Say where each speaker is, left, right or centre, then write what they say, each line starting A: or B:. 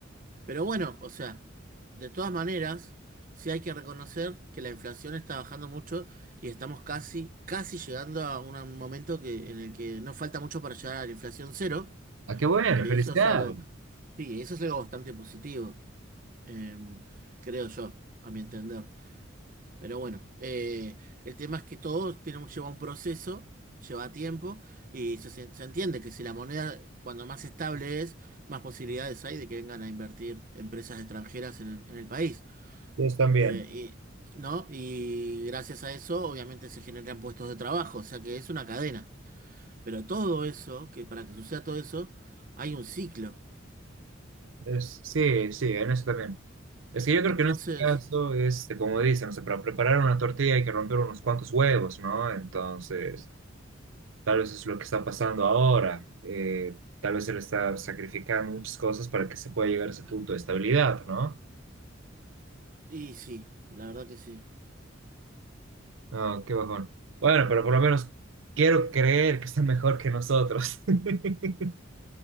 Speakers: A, on the right (about 45°); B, on the right (about 80°).
A: Pero bueno, o sea, de todas maneras, sí hay que reconocer que la inflación está bajando mucho y estamos casi, casi llegando a un momento que, en el que no falta mucho para llegar a la inflación cero,
B: Ah, qué bueno,
A: que
B: felicidades.
A: eso es algo, sí, eso es algo bastante positivo, em, creo yo, a mi entender. Pero bueno, eh, el tema es que todo tiene, un- lleva un proceso, lleva tiempo, y se, se entiende que si la moneda, cuando más estable es, más posibilidades hay de que vengan a invertir empresas extranjeras en, en el país.
B: Ellos también.
A: Eh, y, ¿no? Y gracias a eso, obviamente, se generan puestos de trabajo, o sea que es una cadena. Pero todo eso, que para que suceda todo eso, hay un ciclo.
B: Es, sí, sí, en eso también. Es que yo creo
A: Entonces,
B: que en este caso, este, como dicen, o sea, para preparar una tortilla hay que romper unos cuantos huevos, ¿no? Entonces, tal vez es lo que está pasando ahora. Eh, tal vez él está sacrificando muchas cosas para que se pueda llegar a ese punto de estabilidad, ¿no?
A: y sí, la verdad que sí.
B: No, qué bajón. Bueno, pero por lo menos quiero creer que está mejor que nosotros. <laughs>